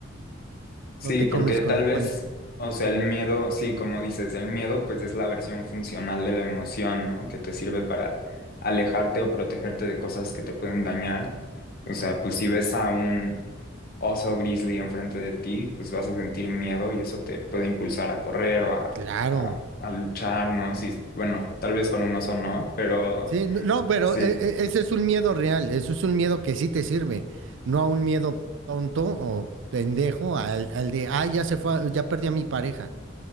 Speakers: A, on the left; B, on the right.
A: Sí,
B: No te
A: porque
B: comes con
A: tal
B: el
A: vez,
B: pánico.
A: o sea, el miedo, sí, como dices, el miedo pues es la versión funcional de la emoción, ¿no? Que te sirve para alejarte o protegerte de cosas que te pueden dañar. O sea, pues si ves a un oso grizzly enfrente de ti, pues vas a sentir miedo y eso te puede impulsar a correr o a,
B: Claro.
A: a, a luchar, ¿no? Sí, bueno, tal vez con un oso no, pero
B: Sí, no, no, pero
A: sí,
B: eh, eh, ese es un miedo real, eso es un miedo que sí te sirve, no a un miedo tonto o pendejo al, al de, ah, ya se fue, a- ya perdí a mi pareja,